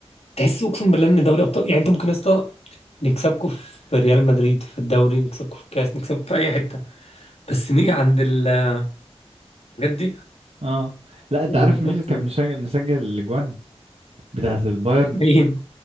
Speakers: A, on the left (about 70°); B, on the right (about 75°).
A: تحس اقسم بالله ان دوري ابطال يعني انت ممكن يا اسطى نكسبكم في ريال مدريد في الدوري نكسبكم في الكاس نكسبكم في اي حته بس نيجي عند الحاجات دي
B: اه لا انت
A: وبنوصل
B: عارف مين اللي كان مشا- مسجل الاجوان بتاعت البايرن
A: مين